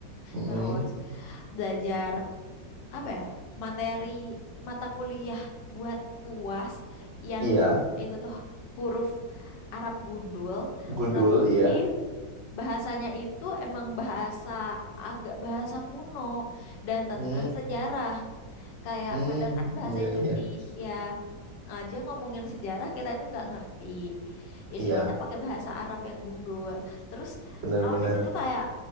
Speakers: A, on the right; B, on the left.
A: Mm-mm.
B: Terus belajar apa ya materi mata kuliah buat UAS yang
A: Iya,
B: itu tuh huruf Arab gundul
A: gundul,
B: tapi
A: iya.
B: bahasanya itu emang bahasa agak bahasa kuno dan tentang
A: Hmm,
B: sejarah kayak
A: hmm,
B: kadang kan bahasa
A: iya,
B: Indonesia
A: iya.
B: aja ngomongin sejarah kita itu nggak ngerti. Ini
A: Iya,
B: kita pakai bahasa Arab yang gundul. Terus
A: benar-benar.
B: aku di situ kayak